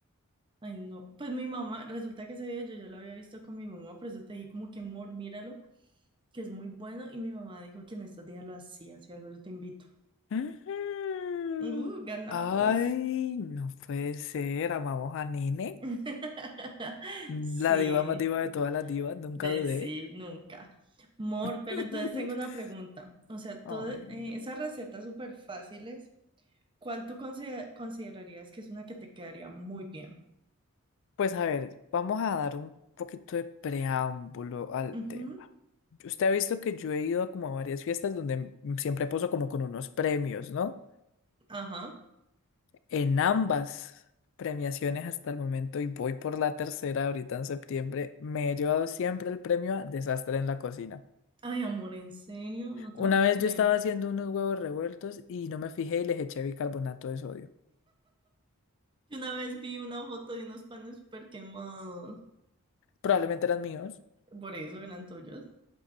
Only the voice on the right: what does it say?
Ay, no. Pues mi mamá, resulta que ese video yo ya lo había visto con mi mamá, por eso te dije como que Mor, míralo, que es muy bueno. Y mi mamá dijo que en estos días lo hacía, si algo yo te invito.
Uh, ganamos.
<laughs>
Sí.
De
sí, nunca. Mor,
pero entonces tengo una pregunta. O sea, tú,
eh,
esas recetas súper fáciles, ¿cuál tú consider- considerarías que es una que te quedaría muy bien?
Ujú,
Ajá.
Ay, amor, ¿en serio? No te
lo puedo
creer.
Yo una vez vi una foto de unos panes súper quemados.
Por eso eran tuyos.